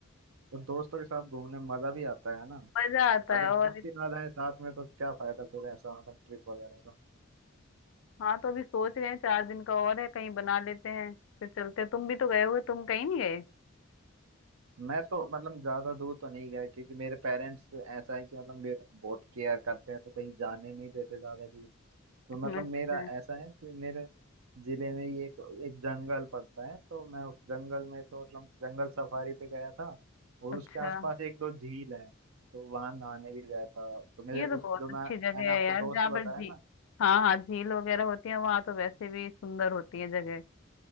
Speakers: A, on the right (about 75°); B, on the left (about 65°).
A: तो दोस्तों के साथ घूमने में मजा भी आता है ना
B: मजा आता
A: अगर
B: है और
A: दोस्त ही ना रहे साथ में तो क्या फायदा फिर ऐसा मतलब ट्रिप वगैरह का
B: हाँ तो अभी सोच रहे हैं चार दिन का और है कहीं बना लेते हैं फिर चलते हैं। तुम भी तो गए हुए तुम कहीं नहीं गए
A: मैं तो मतलब ज्यादा दूर तो नहीं गया क्योंकि मेरे पेरेंट्स ऐसा है कि मतलब मेरे बहुत केयर करते हैं तो कहीं जाने नहीं देते ज्यादा दूर तो
B: <laughs>
A: मतलब
B: अच्छा
A: मेरा ऐसा है कि मेरे जिले में ही एक एक जंगल पड़ता है तो मैं उस जंगल में तो मतलब जंगल सफारी पे गया था और
B: अच्छा
A: उसके आसपास एक दो झील है तो वहां नहाने भी गया था तो मेरे
B: ये
A: उस
B: तो बहुत
A: जो मैं
B: अच्छी जगह
A: मैंने आपको
B: है यार
A: दोस्त
B: जहाँ पर
A: बताया
B: झी
A: ना
B: हाँ हाँ झील वगैरह होती है वहाँ तो वैसे भी सुंदर होती है जगह